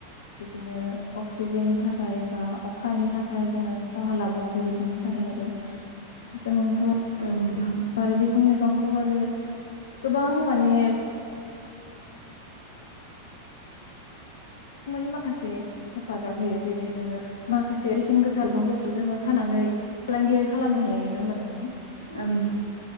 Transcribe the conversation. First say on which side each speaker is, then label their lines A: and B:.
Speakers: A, on the left; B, on the left.
A: बिदिनो अक्सिजेननि थाखाय बा अखानि थाखाय जोङो खहा लाबोआ बेबायदिनो थाखाय आरो जोंथ'
B: औ नोंथां!
A: आरो बिफां लाइफांखौ आरो <unintelligible> गोबां मानि माखासे हेफाजाब होयो जेरैहाय जोङो माखासे बेसेन गोसा बिफांफोरखौ जोङो फाननानै फालांगियारि खालामनो हायो नङा होमबा नोंथां?
B: ओम